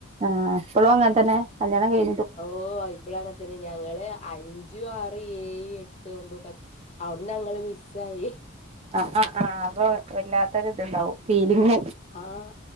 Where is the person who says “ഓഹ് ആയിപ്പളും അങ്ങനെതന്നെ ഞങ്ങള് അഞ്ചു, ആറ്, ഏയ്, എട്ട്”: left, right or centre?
Left